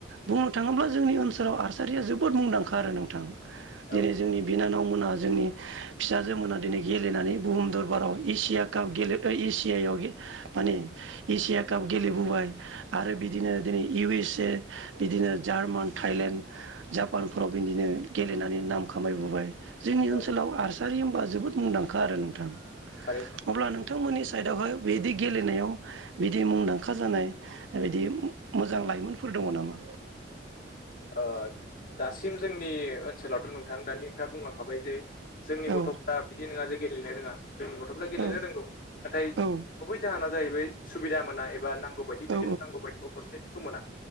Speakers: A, on the right; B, on the left.
A: बुंनो थाङोब्ला जोंनि ओनसोलाव आरसारिया जोबोद मुंदांखा आरो नोंथां दिनै
B: औ
A: जोंनि
B: औ
A: बिनानाव मोनहा जोंनि फिसाजोमोना दिनै गेलेनानै बुहुम दरबाराव एसिया काप गेलेथाय एसियायाव माने एसिया काप गेलेबोबाय आरो बिदिनो दिनै इउ एस ए बिदिनो जार्मान थाइलेण्ड जापानफोराव बिदिनो गेलेनानै नाम खामायबोबाय जोंनि
B: औ
A: ओनसोलाव
B: औ
A: आर सारि होमबा जोबोद मुंदांखा आरो नोंथां।
B: थारैनो
A: अब्ला नोंथांमोननि साइडआवहाय बेदि गेलेनायाव बिदि मुंदांखा जानाय बिदि मोजां लाइमोनफोर दंङ' नामा?
B: ओ दासिम जोंनि ओनसोलावथ' नोंथां दानि नोंथाङा बुंलांखाबाय जे जोंनि गथ'फ्रा
A: औ
B: बिदि नङा जे गेलेनो रोङा जोंनि गथ'फ्रा गेलेनो
A: औ
B: रोंगौ नाथाय
A: औ
B: गुबै जाहोना जाहैबाय सुबिदा मोना एबा नांगौ बायदि
A: औ
B: फिल नांगौ बायदि अपरसुनिटिखौ मोना